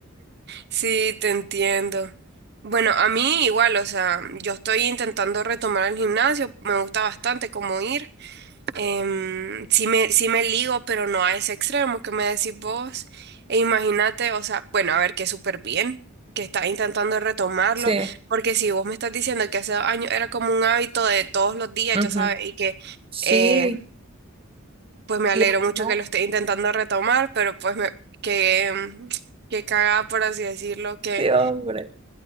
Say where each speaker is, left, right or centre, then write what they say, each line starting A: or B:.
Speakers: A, on the right; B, on the right.
A: Sí, te entiendo. Bueno, a mí igual, o sea, yo estoy intentando retomar el gimnasio, me gusta bastante como ir. Em, sí me, sí me ligo, pero no a ese extremo que me decís vos. E imagínate, o sea, bueno, a ver, que súper bien, que estás intentando retomarlo,
B: Sí.
A: porque si vos me estás diciendo que hace dos años era como un hábito de todos los días,
B: Ujú.
A: ya sabes, y que
B: Sí.
A: eh, pues me alegro
B: Y ahora
A: mucho
B: no.
A: que lo estés intentando retomar, pero pues me, que, em, que cagada, por así decirlo, que,
B: Sí, hombre,